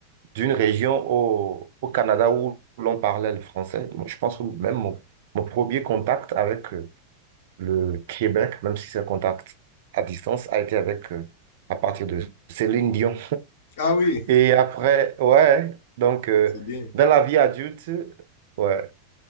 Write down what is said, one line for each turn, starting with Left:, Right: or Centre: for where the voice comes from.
Right: d'une région au, au Canada où l'on parlait le français. Je pense que même mon, mon premier contact avec euh, le Québec, même si c'est un contact à distance, a été avec, euh, à partir de Céline Dion.
Left: Ah oui,
Right: Et après, ouais, donc euh,
Left: c'est bien.
Right: dans la vie adulte, ouais.